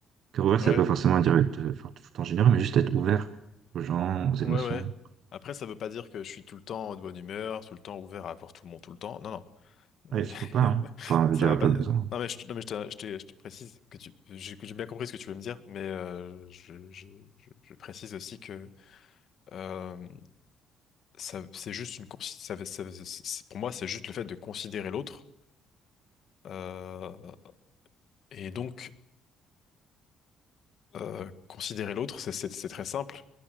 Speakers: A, on the right; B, on the left.
A: Cœur ouvert, ça
B: Ouais,
A: veut pas forcément dire être euh, fort- tout en généreux, mais juste être ouvert aux gens, aux émotions.
B: ouais, ouais. Après, ça veut pas dire que je suis tout le temps de bonne humeur, tout le temps ouvert à voir tout le monde, tout le temps. Non, non. Euh,
A: Ouais, il faut pas,
B: <laughs>
A: hein. Enfin, je
B: Ça
A: veux dire,
B: va pas.
A: pas besoin.
B: Non mais je, non, mais je te, je te- je te précise que tu, j'ai que j'ai bien compris ce que tu veux me dire, mais euh, je, je, je- je précise aussi que euh, ça, c'est juste une, consi- ça, ça- c'est- pour moi, c'est juste le fait de considérer l'autre. Euh, et donc, euh, considérer l'autre, c'est c'est- c'est très simple.